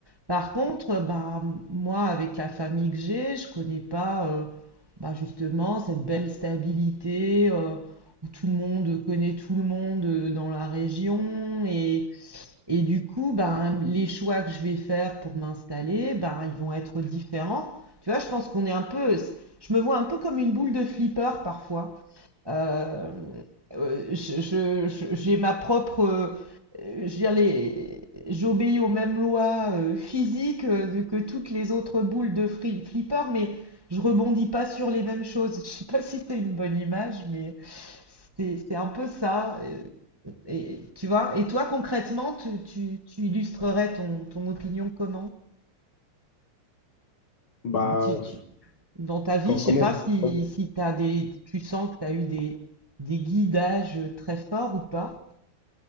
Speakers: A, on the right; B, on the left.
A: Par contre, bah, moi, avec la famille que j'ai, je connais pas euh, bah, justement cette belle stabilité euh, où tout le monde connaît tout le monde euh, dans la région. Et, et du coup, bah, les choix que je vais faire pour m'installer, bah, ils vont être différents. Tu vois, je pense qu'on est un peu, je me vois un peu comme une boule de flipper parfois. Euh, euh, je- je- je- j'ai ma propre, euh, euh, je veux dire, les- j'obéis aux mêmes lois euh, physiques euh, que toutes les autres boules de fri- flipper, mais je rebondis pas sur les mêmes choses. <laughs> Je sais pas si c'est une bonne image, mais c'est c'est un peu ça. euh, Et, tu vois, et toi concrètement, tu, tu- tu illustrerais ton, ton opinion comment?
B: Bah,
A: Tu, tu- dans ta vie,
B: Com-
A: je sais
B: comment
A: pas
B: je...
A: si,
B: oh,
A: si t'as des, tu sens que tu as eu des, des guidages très forts ou pas.